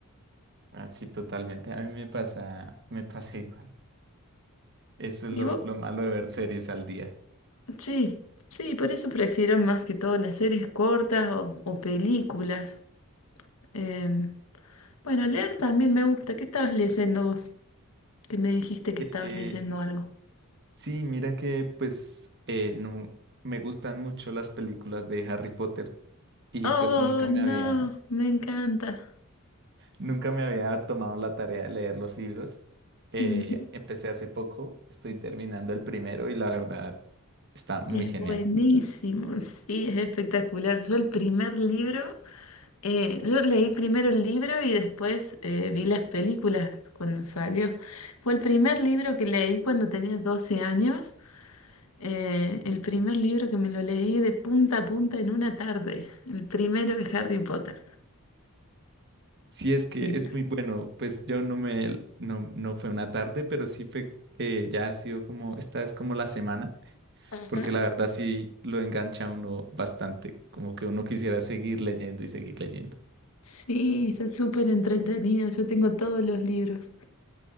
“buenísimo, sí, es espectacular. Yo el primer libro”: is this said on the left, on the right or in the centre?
Left